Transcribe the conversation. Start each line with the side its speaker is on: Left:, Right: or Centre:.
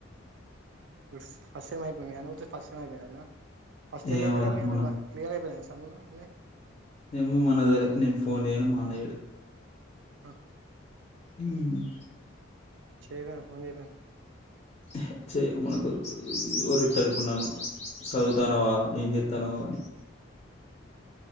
Right: బుస్ ఫస్ట్ టైమ్ అయిపోయింది గాని ఉత్తి ఫస్ టైం అయిపైఅన్న ఫస్ట్ ఇయర్లో
Left: ఏమోరా
Right: ఎన్నిర మీ అన్నకి
Left: మొన్న
Right: క్లియర్ అయిపోయినా అస్ తముల లే
Left: ఎమో మనతెలె నేన్ ఫోన్ జెయ్యను మా అన్న జేయడు
Right: ఆహా
Left: హ్మ్
Right: చెయ్యరా ఫోన్ చేయర
Left: హె చేయ మనకొద్దు ఉరితాడు ఇప్పుడు నన్ను చదువుతానవా ఏం చె తనవాని